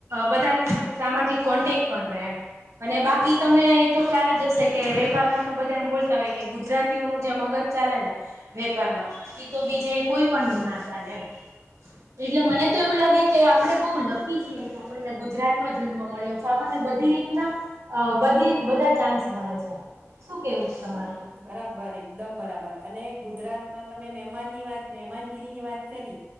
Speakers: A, on the right; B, on the right.
A: બધાની સાથે સામાજિક કોન્ટેક પણ રહે એમ અને બાકી તમને એતો ખ્યાલ જ હશે કે વેપાર માં તો બધા એમ બોલતા હોય કે ગુજરાતીઓનું જે મગજ ચાલે ને વેપારમાં ઈ તો બીજે કોઈ- પણનું ના ચાલે એમ એટલે મને
B: બરાબર
A: તો એવું લાગે કે આપણે બહુ લકી છીએ કે આપણને ગુજરાતમાં જન્મ મળ્યો છે આપણને બધી રીતના અ બધી બધા ચાન્સ મળે છે શું કેવું છે તમારું
B: બરાબર એકદમ બરાબર અને ગુજરાતમાં તમે મહેમાનની વાત મહેમાનગીરી ની વાત કરી